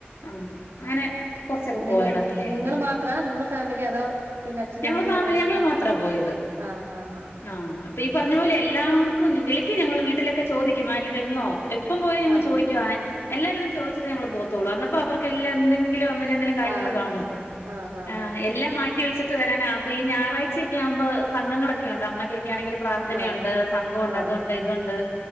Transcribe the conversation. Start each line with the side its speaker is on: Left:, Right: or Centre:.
Left: ആഹ് അങ്ങനെ കുറച്ചൊക്കെ
Right: നിങ്ങ
Left: പോയിടമല്ലായിരുന്നു
Right: നിങ്ങള് മാത്രാ നിങ്ങള് ഫാമിലി അതോ പിന്നെ അച്ഛനൊ
Left: ഞങ്ങള്
Right: അമ്മയോ
Left: ഫാമിലി
Right: അങ്ങനെ
Left: ഞങ്ങള്
Right: ആഹ്
Left: മാത്രാ പോയത്
Right: ആഹ് ആഹ് ആഹ്
Left: ആഹ് അപ്പൊ ഈ പറഞ്ഞ പോലെ ആഹ് അപ്പം ഈ പറഞ്ഞത് പോലെ എല്ലാർക്കും വിളിക്കും ഞങ്ങള് വീട്ടിലൊക്കെ ചോദിക്കും ആരേലും വര്ന്നോ ഇപ്പം പോയി ഞങ്ങൾ
Right: ആഹ്
Left: ചോദിക്ക ഇപ്പം പോയി ഞങ്ങള് ചോദിക്കുവാ എല്ലാരോടും എല്ലാരോടും ചോയ്ച്ചിട്ടെ ഞങ്ങള് പോവത്തൊള്ളൂ അന്നപ്പം അവർക്ക് എല്ലാം എന്തെങ്കിൽ <unintelligible> കാര്യങ്ങള്
Right: ആഹ്
Left: കാണും
Right: സ ആഹ്
Left: ഏഹ്
Right: ഹാ ഹാ
Left: എല്ലാം മാ റ്റിവെച്ചിട്ട് വരാനാ അപ്പ ഈ ഞായറഴ്ച്ചൊക്കെ ആവ്മ്പോ സംഘങ്ങളൊക്കെ ഉണ്ട് അമ്മക്കൊക്കെ ആണെങ്കിലും പ്രാർത്ഥനയുണ്ട്
Right: ആഹ്
Left: സംഘവുണ്ട്
Right: ആഹ്
Left: അതുണ്ട് ഇതുണ്ട്